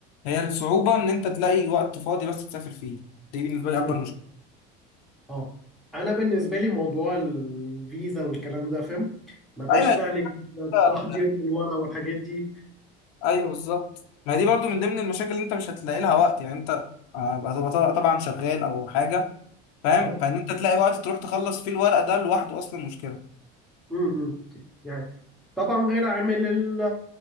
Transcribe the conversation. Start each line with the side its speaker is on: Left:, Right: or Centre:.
Left: هي الصعوبة إن أنت تلاقي وقت فاضي بس تسافر فيه دي بالنسبة لي
Centre: امم
Left: أكبر مشكلة
Centre: اه انا بالنسبه لي موضوع الفيزا والكلام ده فاهم ما بقاش
Left: أيوه
Centre: سهل
Left: هي
Centre: جدا التحضير
Left: كده.
Centre: من الورق والحاجات دي
Left: أيوه بالظبط ما هي دي برضو من ضمن المشاكل اللي أنت مش هتلاقي لها وقت يعني أنت آه، هتبقى طبعا شغال أو حاجة فاهم
Centre: اه
Left: فان انت تلاقي وقت تروح تخلص فيه الورق ده لوحده اصلا مشكله
Centre: امم يعني طبعا غير عامل ال